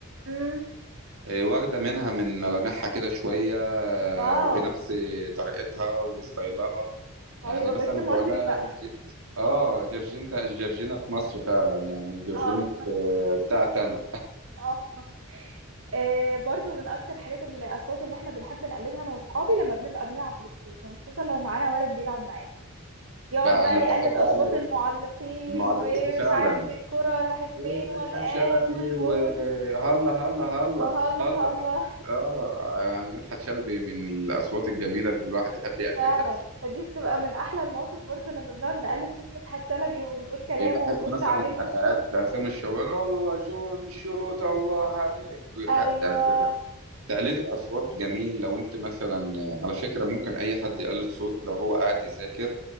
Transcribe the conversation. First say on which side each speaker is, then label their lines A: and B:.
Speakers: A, on the right; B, on the right.
A: امم
B: اه، واخدة منها من ملامحها كده شوية اه،
A: واو
B: بنفس طريقتها وستايلها يعني
A: ايوه
B: مثلا
A: بس مصري
B: بقول لها
A: بقى
B: انت اه جورجينا جورجينا مصر فعلا يعني جورجينا
A: اه
B: اه، بتاعت انا
A: اه آه، برضو من اكتر الحاجات الاصوات اللي احنا بنحب نقلدها انا واصحابي لما بنبقى بنلعب بلاي ستيشن خصوصا لو معانا ولد بيلعب معانا يقعد
B: بقى
A: بقى
B: انا
A: يقلد
B: بحب
A: اصوات
B: اقلد
A: المعلقين
B: المعلقين
A: ومش
B: فعلا
A: عارف الكرة راحت
B: ومدحت
A: فين والان
B: شلبي
A: والجول
B: وهلا هلا هلا
A: وهلا
B: هلا
A: هلا
B: هلا اه يعني مدحت شلبي من الاصوات الجميله اللي الواحد يحب يقلدها
A: فعلا
B: اساسا
A: فدي بتبقى من احلى المواقف برضو لما بنقعد نقلد صوت مدحت شلبي ونقول كلامه
B: وبحب
A: ونقول
B: مثلا
A: تعابير وشه
B: اقلد عصام الشوالي والله جون شوت الله عليك
A: ايوه
B: يعني تقليد الاصوات جميل لو انت مثلا على فكره ممكن اي حد يقلد صوت لو هو قاعد يذاكر